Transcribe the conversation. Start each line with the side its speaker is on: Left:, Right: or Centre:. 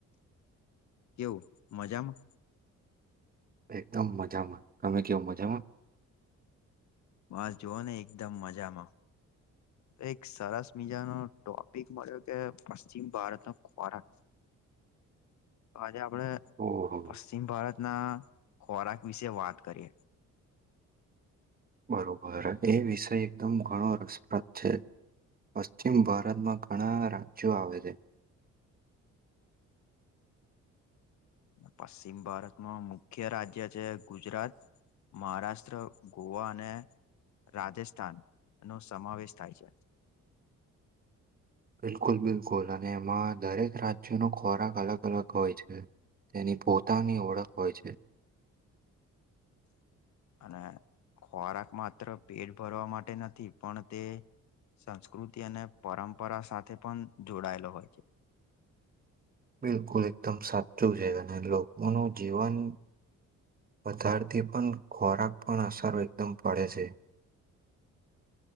Left: કેવું મજામાં
Right: એકદમ મજામાં તમે કેવ મજામાં
Left: બસ જોઓ ને એકદમ મજામાં એક સરસ મીજાનો ટોપિક મળ્યો કે પશ્ચિમ ભારતનો ખોરાક હા તો આપડે
Right: ઓહો
Left: પશ્ચિમ ભારતના ખોરાક વિશે વાત કરીએ
Right: બરોબર એ વિષય એકદમ ઘણો રસપ્રદ છે પશ્ચિમ ભારતમાં ઘણા રાજ્યો આવે છે
Left: <inaudible> ને પશ્ચિમ ભારતમાં મુખ્ય રાજ્ય છે ગુજરાત મહારાષ્ટ્ર, ગોવા અને રાજસ્થાન નો સમાવેશ થાય છે
Right: બિલકુલ, બિલકુલ, અને એમાં દરેક રાજ્યનો ખોરાક અલગ, અલગ હોય છે તેની પોતાની ઓળખ હોય છે
Left: <inaudible> અને ખોરાક માત્ર પેટ ભરવા માટે નથી પણ તે સંસ્કૃતિ અને પરંપરા સાથે પણ જોડાયેલો હોય છે
Right: બિલકુલ એકદમ સાચું છે, અને લોકોનું જીવન વધારતી પણ ખોરાક પણ અસર એકદમ પડે છે